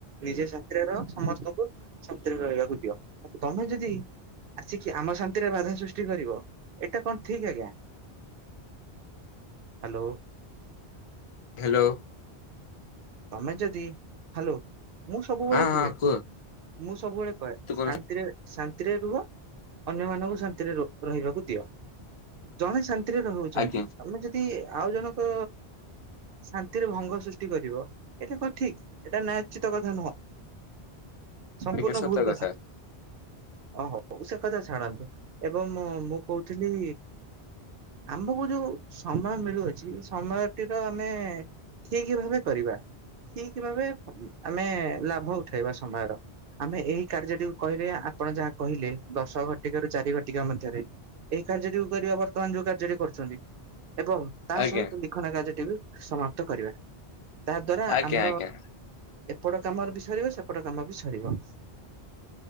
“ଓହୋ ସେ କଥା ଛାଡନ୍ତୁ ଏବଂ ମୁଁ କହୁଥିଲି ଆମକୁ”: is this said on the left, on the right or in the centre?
Right